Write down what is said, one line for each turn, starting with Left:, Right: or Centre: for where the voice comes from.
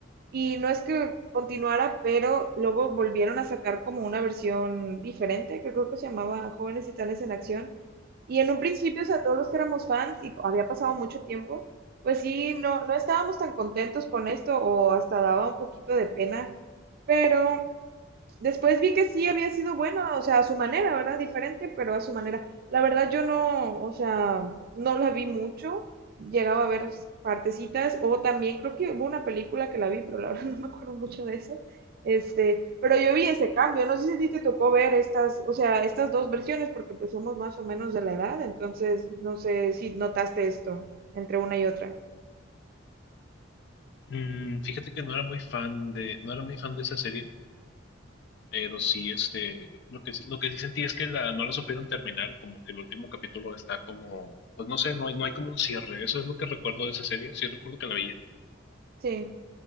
Right: y no es que continuara, pero luego volvieron a sacar como una versión diferente, que creo que se llamaba Jóvenes Titanes en Acción. Y en un principio, o sea, todos los que éramos fans y había pasado mucho tiempo, pues sí, no, no estábamos tan contentos con esto o hasta daba un poquito de pena, pero Después vi que sí había sido buena, o sea, a su manera, ¿verdad? Diferente, pero a su manera. La verdad yo no, o sea, no la vi mucho, llegaba a ver partecitas, o también creo que hubo una película que la vi, pero la verdad <laughs> no me acuerdo mucho de eso. Este, pero yo vi ese cambio, no sé si a ti te tocó ver estas, o sea, estas dos versiones, porque pues somos más o menos de la edad, entonces no sé si notaste esto entre una y otra.
Left: Mm, fíjate que no era muy fan de, no era muy fan de esa serie. Pero sí, este, lo que, sí, lo que sí sentí es que la, no la supieron terminar, como que el último capítulo está como, pues no sé, no hay, no hay como un cierre, eso es lo que recuerdo de esa serie, sí recuerdo que la veía,
Right: Sí.